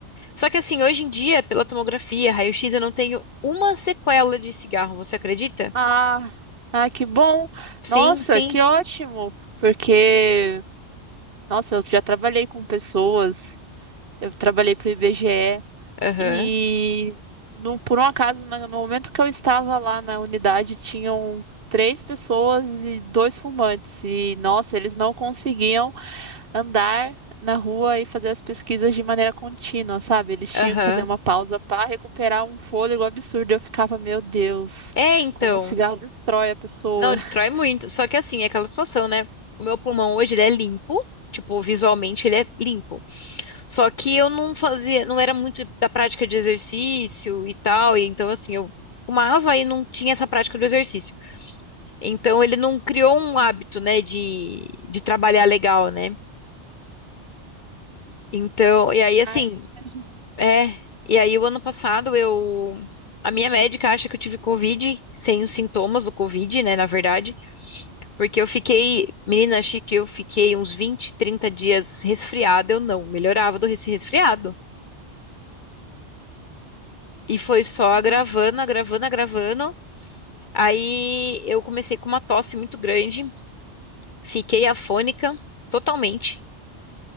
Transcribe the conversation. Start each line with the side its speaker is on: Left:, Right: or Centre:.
Left: Só que, assim, hoje em dia, pela tomografia, raio-x, eu não tenho uma sequela de cigarro. Você acredita?
Right: Ah, ah, que bom!
Left: Sim,
Right: Nossa,
Left: sim.
Right: que ótimo! Porque, nossa, eu já trabalhei com pessoas, eu trabalhei para o IBGE e,
Left: Aham.
Right: e, no, por um acaso, na- no momento que eu estava lá na unidade, tinham três pessoas e dois fumantes. E, nossa, eles não conseguiam. andar na rua e fazer as pesquisas de maneira contínua, sabe? Eles
Left: Aham.
Right: tinham que fazer uma pausa para recuperar um fôlego absurdo. Eu ficava, meu Deus,
Left: É, então.
Right: como o cigarro destrói a pessoa.
Left: Não,
Right: <laughs>
Left: destrói muito. Só que, assim, é aquela situação, né? O meu pulmão hoje, ele é limpo. Tipo, visualmente, ele é limpo. Só que eu não fazia, não era muito da prática de exercício e tal, e então assim, eu fumava e não tinha essa prática do exercício. Então ele não criou um hábito, né, de, de trabalhar legal, né? Então, e aí assim,
Right: Ai, eu imagino.
Left: é, e aí o ano passado eu A minha médica acha que eu tive Covid, sem os sintomas do Covid, né, na verdade, porque eu fiquei, menina, achei que eu fiquei uns 20 30 dias resfriada, eu não melhorava do res- resfriado. E foi só
Right: Uhum.
Left: agravando, agravando, agravando. Aí eu comecei com uma tosse muito grande, fiquei afônica totalmente.